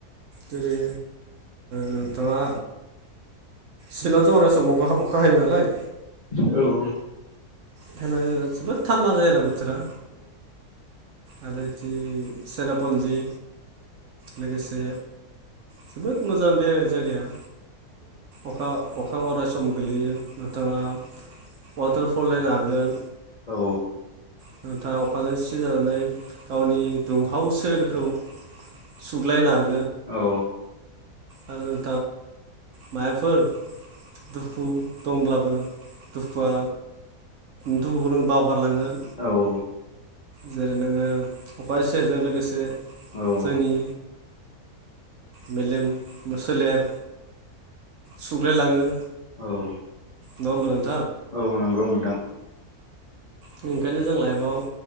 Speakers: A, on the right; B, on the left.
A: जेरै नोंथाङा सिलंआवथ' अनेे सम अखा हायो नालाय
B: औ
A: बेनो जोबोद थान्दा जायो आरो बोथोरा आरो जि सेरापन्जि लोगोसे जोबोद मोजां बेराय जायगाया अखा अखा न अरायसम गोलैयो नोंथाङा वाटारफुल नायनो हागोन
B: औ
A: थानदा अखाजों सि जानानै गावनि दुंहाव सोलेरखौ सुग्लायनो हागोन
B: औ
A: आरो न माबाफोर दुखु दंब्लाबो दुखुआ दुखुखौ नों बावगारलांगोन
B: औ
A: जेरै नोङो अखा इसेजों लोगोसे
B: औ
A: जोंनि मेलेम सोलेर सुग्लायलाङो
B: औ
A: नङा होनबा
B: औ नंगौ नोंथां
A: बेनिखायनो जों लाइफआव